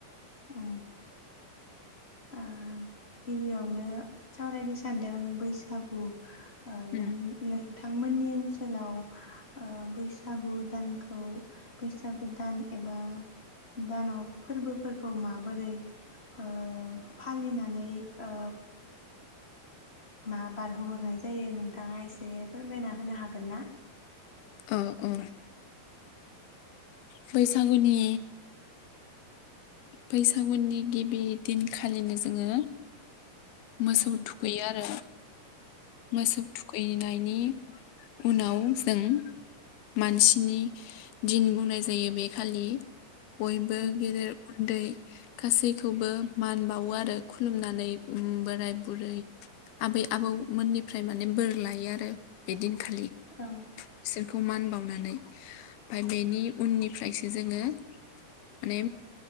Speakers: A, on the left (about 15°); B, on the left (about 75°).
A: अ आ गिबियावनो सावरायनो सानदों बैसागु <unintelligible> नोंथांमोननि
B: उम
A: ओनसोलाव बैसागु दानखौ बैसागु दान एबा दानाव फोरबोफोरखौ। खौ माबोरै ओ फालिनानै ओ। मा बारहोहरनाय जायो नोंथाङा एसे फोरमायना होनो हागोन ना?
B: अ अ <inaudible> बैसागुनि। बैसागुनि गिबि दिनखालिनो जोङो। मोसौ
A: जोंनि
B: थुखैयो आरो। मोसौ थुखै फैनायनि उनाव जों मानसिनि दिन बुंनाय जायो बे खालि। बयबो
A: ओनसोल
B: गेदेर। उन्दै गासैखौबो मान बावो आरो खुलुमनानै। उम बोराय बुरै। आबै आबौ। मोननिफ्राय माने बोर लायो आरो बेदिनखालि।
A: औ।
B: बिसोरखौ मान बावनानै ओमफ्राय बेनि उननिफ्रायसो जोङो माने